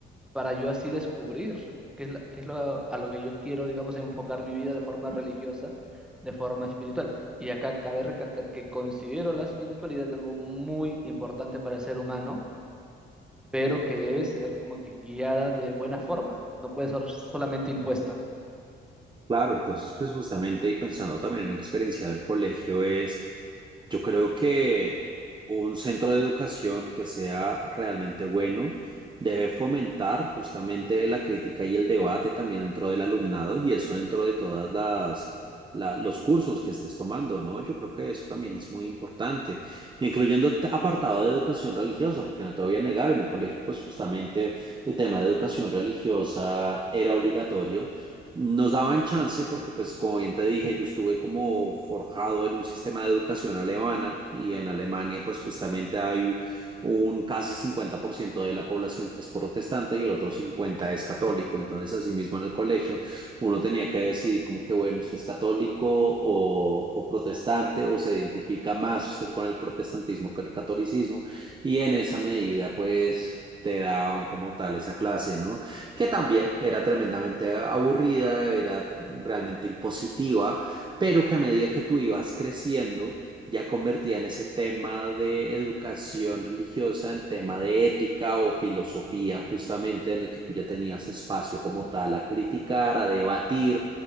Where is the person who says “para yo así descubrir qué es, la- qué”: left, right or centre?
Centre